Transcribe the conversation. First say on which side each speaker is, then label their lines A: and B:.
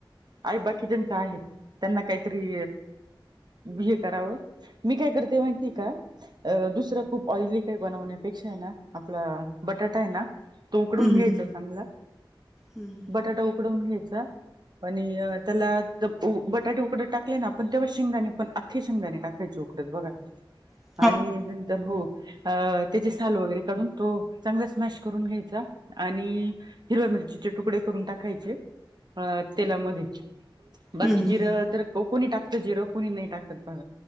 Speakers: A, on the right; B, in the centre.
A: आहे बाकी त्यांच आहे त्यांना काहीतरी बी हे करावं मी काय करते माहिती का अ दुसरं खूप ऑइली काही बनवण्यापेक्षा आहे ना आपला बटाटा आहे ना तो उकडून
B: हम्म
A: घ्यायचा चांगला
B: हम्म
A: बटाटा उकडून घ्यायचा आणि त्याला बटाटे उकडत टाकले ना आपण तेव्हा शेंगदाणे पण अखे शेंगदाणे टाकायची उकडत बघा
B: ह
A: आणि नंतर हो अ त्याचे साल वगैरे काढून तो चांगलाच मॅश करून घ्यायचा आणि हिरव्या मिरची चे तुकडे करून टाकायचे तेलामध्ये बाकी
B: हम्म
A: जिरं तर कोणी टाकत जिर कोणी नाही टाकत बघ